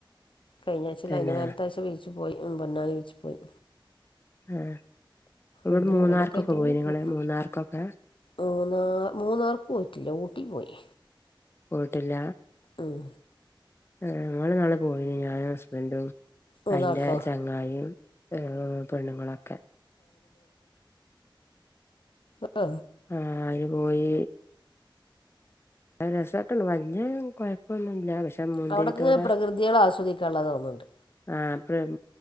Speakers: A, on the left (about 75°); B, on the left (about 30°).
A: കഴിഞ്ഞ ആഴ്
B: തന്നെ
A: അതിന് വേലത്താഴ്ച്ച ബീച്ചു പോയി പൊന്നാനി വീച്ചു പോയി
B: ആ ഇവിടെ
A: അങ്ങനെ
B: മൂന്നാർക്കൊക്കെ
A: എവിടേലൊക്കെ ആയിട്ട് അങ്ങനെ
B: പോയി നിങ്ങള്
A: പോകും
B: മൂന്നാർക്കൊക്കെ
A: മൂന്നാ മൂന്നാർക്ക് പോയിട്ടില്ല ഊട്ടി പോയി
B: പോട്ടില്ല
A: ഉം
B: ഞങ്ങ നാളെ പോയി ഞാനും ഹസ്ബൻറും
A: മൂന്നാർക്കോ
B: അതിന്റെ ചങ്ങായിയും ഏർ പെണ്ണുങ്ങളൊക്കെ
A: ആ
B: ആ അര് പോയി രസമായിട്ടുണ്ട് വല്ല്യ കൊഴപ്പൊന്നു മില്ല പക്ഷെ മുന്തിരിത്തോട
A: അവിടക്ക പ്രകൃതികള ആസ്വദിക്കാനുള്ളതോന്നുന്നുണ്ട്
B: ആഹ അപ്പ